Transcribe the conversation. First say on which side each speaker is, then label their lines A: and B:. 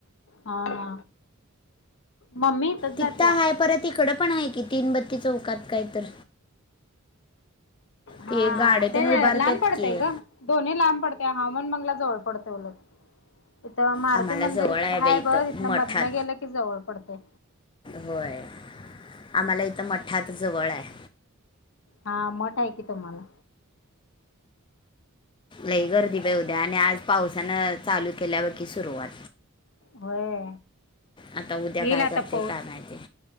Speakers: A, on the left; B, on the left.
A: हा हा मम्मी इथच जात्या
B: तिथं आहे परत इकडं पण आहे की तीन बत्ती चौकात काय तर
A: हा
B: ते गाडे
A: ते
B: त्यानं उभारतात
A: लांब पडतेय
B: की
A: ग दोन्ही लांब पडते हवामान मंगला जवळ पडते लग तथ मारुती
B: आम्हाला
A: मंदिर
B: जवळ आहे बाई
A: हाय
B: इथं
A: बघ तिथन
B: मठात
A: मधन गेलं की जवळ पडते
B: होय आम्हाला इथं मठात जवळ आहे
A: हा मोठा आहे कि तुम्हाला
B: लई गर्दी पेऊ द्या आणि आज पावसानं चालू केल्यापैकी सुरुवात
A: होय
B: आता उद्या
A: येईल
B: काय
A: आता
B: करते
A: पाऊस
B: का माहिजे